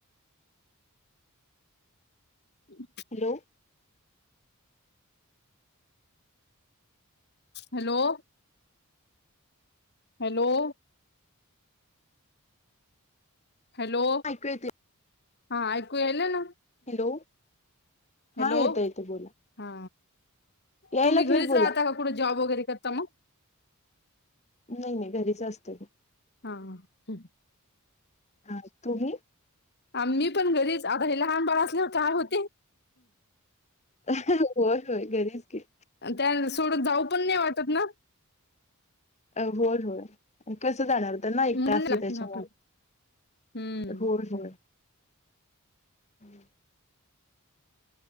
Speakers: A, on the left (about 50°); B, on the left (about 30°).
A: ह,
B: हॅलो,,
A: हॅलो,, हॅलो,, हॅलो,,
B: ऐकू येते
A: हा ऐकू आल ना?
B: हॅलो,, हा
A: हॅलो
B: येतं येतं बोला.
A: हा,,
B: यायला
A: तुम्ही
B: लागली
A: घरीच
B: बोला
A: राहता का कुठे जॉब वगैरे करता मग?
B: नाही, नाही घरीच असते.
A: हा, ह्,
B: हा,, तुम्ही?
A: आ मी पण घरीच,, आता हे लहान बाळ असल्यावर काय होतेऽ
B: होय होय घरीच गी
A: त्या सोडून जाऊ पण नाही वाटत ना
B: अ होय होय कसं जाणार त्यांना एकटा
A: म्हणून
B: असे
A: लागत
B: त्याच्यावर
A: ना आपलं हम्म
B: होय होय हम्म